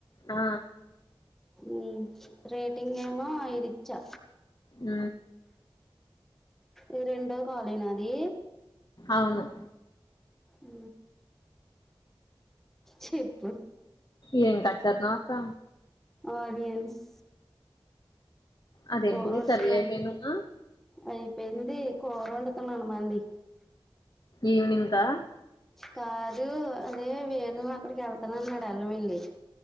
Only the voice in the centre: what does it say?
ఊ రేటింగ్ ఏమో ఐదు ఇచ్చా.
ఈ రెండో కాలినా అది
అ చెప్పు
ఆడియన్స్
కూర వండుతున్నాను
అయిపోయింది కూర వండుతున్నాను మళ్ళీ
కాదు అదే వేను అక్కడికి వెళ్తానన్నాడు <unintelligible>